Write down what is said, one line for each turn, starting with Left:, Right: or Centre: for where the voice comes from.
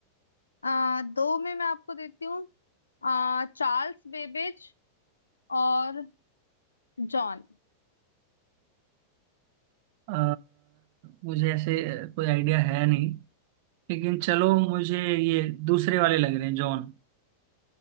Left: आ, दो में मैं आपको देती हूँ आ, चार्ल्स बेबेज और जॉन
Right: अ, मुझे ऐसे कोई आइडिया है नहीं लेकिन चलो मुझे ये दूसरे वाले लग रहे हैं जॉन